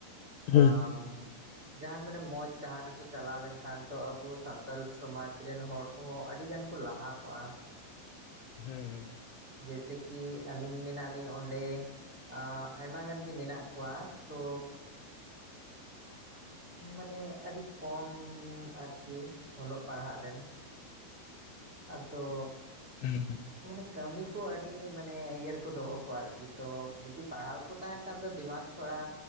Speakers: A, on the left; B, on the right.
A: ᱦᱩᱸ
B: ᱟᱡᱻ ᱡᱟᱦᱟᱱ ᱢᱟᱱᱮ ᱢᱚᱡᱽ ᱰᱟᱦᱟᱨ ᱨᱮᱠᱚ ᱪᱟᱞᱟᱣ ᱞᱮᱱᱠᱷᱟᱱ ᱛᱚ ᱟᱵᱚ ᱥᱟᱱᱛᱟᱞ ᱥᱚᱢᱟᱡ ᱨᱮᱱ ᱦᱚᱲ ᱠᱚᱦᱚᱸ ᱟᱹᱰᱤ ᱜᱟᱱ ᱠᱚ ᱞᱟᱦᱟ ᱠᱚᱜᱼᱟ᱾
A: ᱦᱩᱸ ᱦᱩᱸ ᱾
B: ᱡᱮᱥᱮ ᱠᱤ ᱟᱹᱞᱤᱧ ᱢᱮᱱᱟᱜᱞᱤᱧ ᱚᱸᱰᱮ ᱟ ᱟᱭᱢᱟ ᱜᱟᱱ ᱜᱮ ᱢᱮᱱᱟᱜ ᱠᱚᱣᱟ ᱛᱚ ᱢᱟᱱᱮ ᱟᱹᱰᱤ ᱠᱚᱢ ᱟᱨᱠᱤ ᱚᱞᱚᱜ ᱯᱟᱲᱦᱟᱜ ᱨᱮᱱ ᱟᱫᱚ
A: ᱦᱩᱸ
B: ᱢᱟᱱᱮ ᱠᱟᱹᱢᱤ ᱠᱚ ᱟᱹᱰᱤ ᱢᱟᱱᱮ ᱤᱭᱟᱹ ᱨᱮᱠᱚ ᱫᱚᱦᱚ ᱠᱚᱣᱟ ᱟᱨᱠᱤ ᱛᱚ ᱡᱩᱫᱤ ᱯᱟᱲᱦᱟᱣ ᱠᱚ ᱛᱟᱦᱮᱸᱱ ᱠᱷᱟᱱ ᱫᱚ ᱫᱤᱢᱟᱠ ᱛᱷᱚᱲᱟ